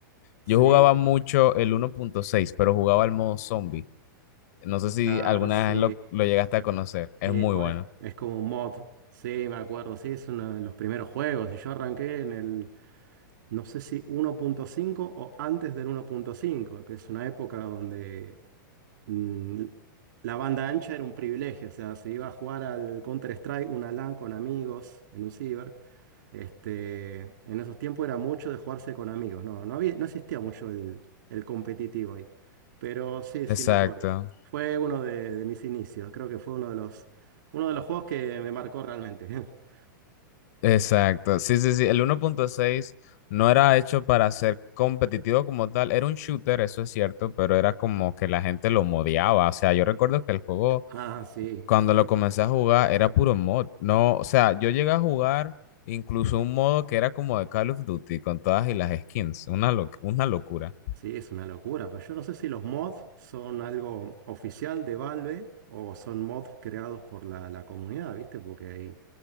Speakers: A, on the right (about 60°); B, on the left (about 50°).
A: Sí.
B: Yo jugaba mucho el 1.6, pero jugaba el modo zombie. No sé si
A: Claro,
B: alguna
A: sí,
B: vez lo, lo llegaste a conocer. Es
A: sí,
B: muy
A: es, co-
B: bueno.
A: es, es como un mod. Sí, me acuerdo, sí, es uno de los primeros juegos. Y yo arranqué en el, no sé si 1.5 o antes del 1.5, que es una época donde mm, la banda ancha era un privilegio. O sea, se iba a jugar al Counter-Strike, una LAN con amigos en un ciber. Este, en esos tiempos era mucho de jugarse con amigos, no, no había, no existía mucho el, el competitivo ahí. Pero sí, sí
B: Exacto,
A: me acuerdo. Fue uno de, de mis inicios, creo que fue uno de los, uno de los juegos que me marcó realmente. <laughs>
B: exacto. Sí, sí, sí. El 1.6 no era hecho para ser competitivo como tal. Era un shooter, eso es cierto, pero era como que la gente lo modiaba. O sea, yo recuerdo que el juego,
A: Ah, sí,
B: cuando lo comencé a jugar, era puro mod. No, o sea, yo llegué a jugar incluso un modo que era como de Call of Duty con todas y las skins. Una, loc- una locura.
A: sí, es una locura. Pues yo no sé si los mods son algo oficial de Valve o son mods creados por la, la comunidad, ¿viste? Porque ahí-